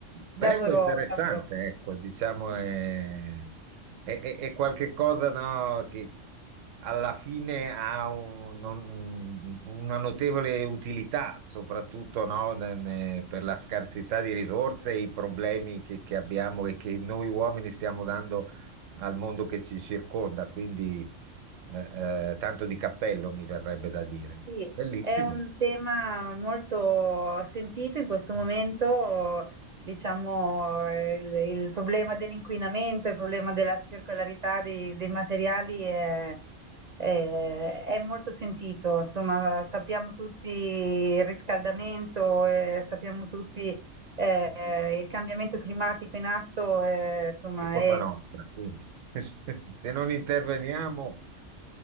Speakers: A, on the right (about 80°); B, on the right (about 60°).
A: bello
B: lavoro,
A: e interessante,
B: lavoro,
A: ecco, diciamo
B: sì.
A: è, è, è- è qualche cosa no, che alla fine ha un- un- una notevole utilità, soprattutto no, ne- ne- per la scarsità di risorse e i problemi che, che abbiamo e che noi uomini stiamo dando al mondo che ci circonda. Quindi eh, eh, tanto di cappello mi verrebbe da dire.
B: Sì,
A: Bellissimo.
B: è un tema molto sentito in questo momento,
A: Mm.
B: diciamo, eh, il, il problema dell'inquinamento, il problema della circolarità dei, dei materiali è, è- è molto sentito. Insomma, sappiamo tutti il riscaldamento, eh, sappiamo tutti eh,
A: Mm.
B: il cambiamento climatico in atto, eh, insomma,
A: è colpa nostra, quindi <laughs> se se non interveniamo...